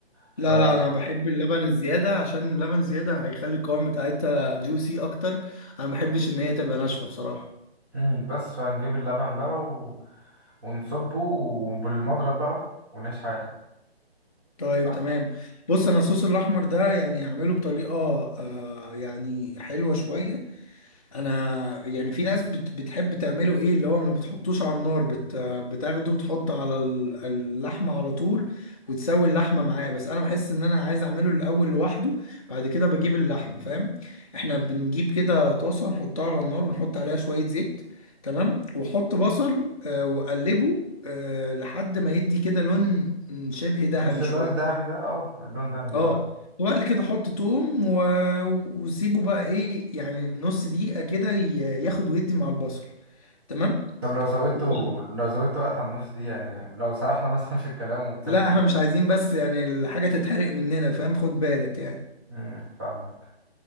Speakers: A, on the right; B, on the left.
A: ف
B: لا لا انا بحب اللبن الزياده عشان اللبن الزياده هيخلي القوام بتاعتها جوسي اكتر انا ما بحبش ان هي تبقى ناشفه بصراحه
A: امم بس فنجيب اللبن بقى و... ونصبه وبالمضرب بقى ونعيش حياتنا
B: طيب
A: بس
B: تمام بص انا الصوص الاحمر ده يعني هعمله بطريقه آه يعني حلوه شويه انا يعني في ناس بت بتحب تعمله ايه اللي هو ما بتحطوش على النار بت بتاخده وتحط على ال- اللحمه على طول وتسوي اللحمه معاه بس انا بحس ان انا عايز اعمله الاول لوحده بعد كده بجيب اللحمه فاهم احنا بنجيب كده طاسه نحطها على النار ونحط عليها شويه زيت تمام واحط بصل آه واقلبه آه لحد ما يدي كده لون شبه ذهبي
A: مش
B: شويه
A: اللون الذهبي ده اه اللون الذهبي
B: اه
A: اه
B: وبعد كده حط توم و... وسيبه بقى ايه يعني نص دقيقة كده ي- ياخد ويدي مع البصل تمام
A: طب لو زودته
B: وبعد...
A: لو زودت وقت على النص دي يعني لو سرحنا <laughs> مثلا في الكلام وتسيب
B: لا
A: دقيقة
B: احنا مش عايزين بس يعني الحاجة تتحرق مننا فاهم خد بالك يعني
A: امم فاهمك